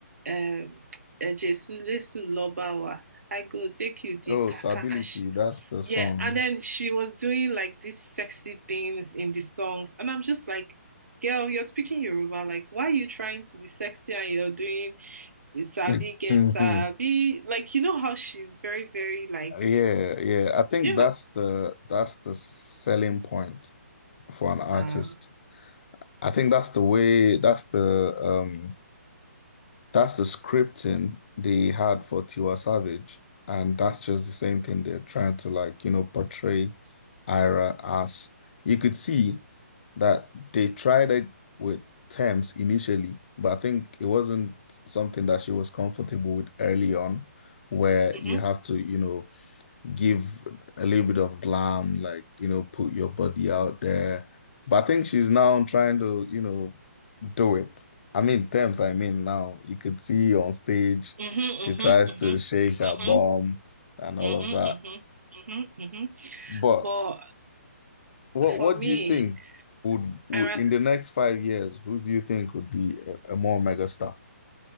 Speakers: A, on the right; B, on the left.
A: um "E Jesu Lesu Lobawa I go take you the
B: Oh,
A: kaka
B: stability.
A: and she,
B: that's the song.
A: yeah and then she was doing like these sexy things in the songs and I'm just like girl you're speaking Yoruba like why are you trying to be sexy and you're doing you sabi
B: <laughs>
A: get sabi. Like you know how she's very, very like
B: Yeah, yeah. I think
A: yeah.
B: that's the that's the selling point for an artist.
A: Nah.
B: I think that's the way that's the um. That's the scripting they had for Tiwa Savage, and that's just the same thing they're trying to like, you know, portray Ira as. You could see that they tried it with Thames initially, but I think it wasn't something that she was comfortable with early on, where
A: Mm-hmm.
B: you have to, you know, give a little bit of glam, like, you know, put your body out there. But I think she's now trying to, you know, do it. I mean, Thames, I mean, now you could see on stage,
A: Mm-hmm. Mm-hmm.
B: she tries to shake her
A: Mm-hmm.
B: bum and all
A: Mm-hmm.
B: of that.
A: Mm-hmm. Mm-hmm. Mm-hmm.
B: But
A: But
B: what
A: for
B: what
A: me,
B: do you think would, would
A: I ra-
B: in the next five years, who do you think would be a, a more megastar?